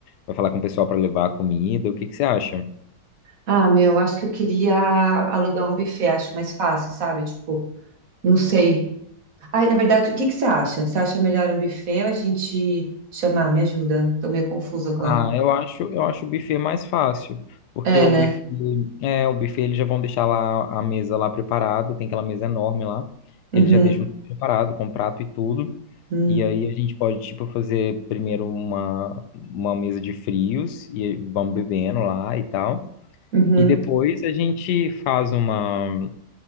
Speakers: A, on the left; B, on the right.
A: vai falar com o pessoal para levar a comida? O que que você acha?
B: Ah, meu, acho que eu queria alugar um buffet, acho mais fácil, sabe? Tipo. Não sei. Ai, na verdade, o que que você acha? Você acha melhor um buffet ou a gente chamar? Me ajuda. Tô meio confusa agora.
A: Ah, eu acho, eu acho o buffet mais fácil, porque
B: É,
A: o
B: né?
A: buffet, é, o buffet eles já vão deixar lá a mesa lá preparada, tem aquela mesa enorme lá.
B: Uhum,
A: Eles já deixam tudo preparado com prato e tudo.
B: uhum,
A: E aí a gente pode tipo fazer primeiro uma uma mesa de frios e vamos bebendo lá e tal.
B: uhum,
A: E depois a gente faz uma